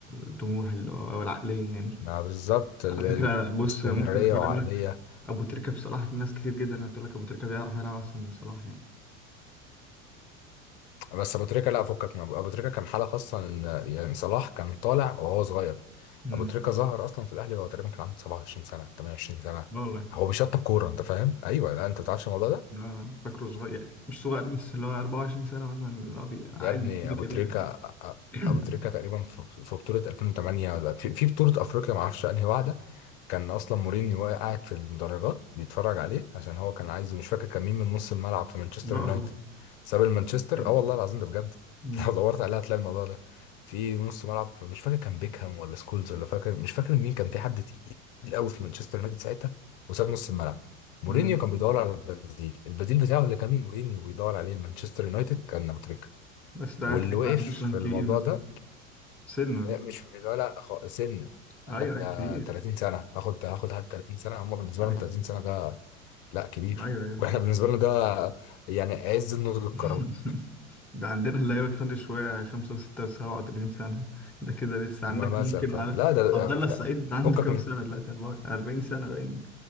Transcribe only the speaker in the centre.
الطموح اللي هو او العقلية يعني
على
فكرة بص
ممكن اقارن
لك ابو تريكة بصلاح ناس كتير جدا هتقول لك ابو تريكة بيعرف يلعب احسن من صلاح يعني
امم
لا والله
لا لا، فاكره صغير يعني مش صغير بس اللي هو 24 سنة مثلا اللي هو بي- عادي
يبتدي
كاريره
يعني
<clears throat>
لا
والله
كان
مم.
مم.
بس ده
هتلاقيه
ما عندوش
رقم كبير
مثلا
سنه
ايوه
أيوة،
كبير
ايوه
ايوه ايوه
أيوة،
فاهم
<laughs> ده عندنا اللي هي بتفرق شويه 5 و6 و37 سنه <laughs> ده كده لسه عندك
ممكن
على
عبد الله السعيد
عنده
كام
سنه دلوقتي 40 سنه باين